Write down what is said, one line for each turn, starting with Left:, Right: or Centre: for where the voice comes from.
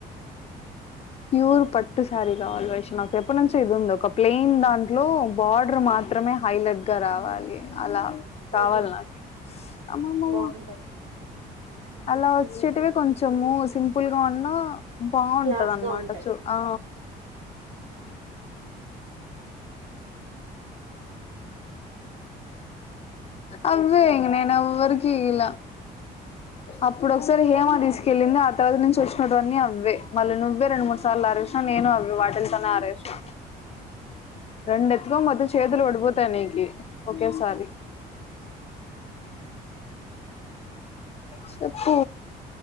Left: ప్యూర్ పట్టు శారీ కావాలి వైషూ నాకు ఎప్పటి నుంచో ఇది ఉంది ఒక ప్లెయిన్ దాంట్లో బార్డర్ మాత్రమే హైలైట్ గా రావాలి అలా కావాలి
Right: ఉహు
Left: నాకి అమ్మా మా
Right: బాగుంటాయి
Left: మా అలా వచ్చేటివే కొంచెము సింపుల్ గా ఉన్నా బావుంటది
Right: క్లాస్
Left: అన్నమాట
Right: గా ఉంటాయి
Left: చూ ఆ అవే ఇంక నేను ఎవ్వరికి ఇయలా అప్పుడు ఒకసారి హేమా తీసుకెళ్ళింది ఆ తర్వాత నుంచి వచ్చినటువన్నీ అవ్వే మళ్ళీ నువ్వే రెండు మూడు సార్లు ఆరేసావు నేను అవే వాటిలతోనే ఆరేసినా రెండు ఎత్తుకోని పోతే చేతులు పడిపోతాయి నీకి ఒకేసారి చెప్పు